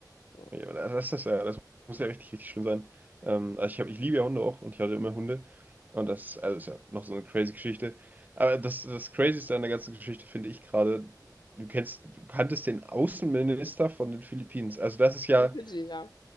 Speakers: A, on the left; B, on the right.
A: Ja.
B: Nee, aber das ist ja, das muss ja richtig, richtig schlimm sein. Ähm, also ich hab, ich liebe ja Hunde auch und ich hatte immer Hunde. Und das, also ist ja noch so eine crazy Geschichte. Aber das, das Crazyste an der ganzen Geschichte finde ich gerade, du kennst, du kanntest den Außenminister von den Philippinen. Also das ist ja,
A: Von Fidschi, ja.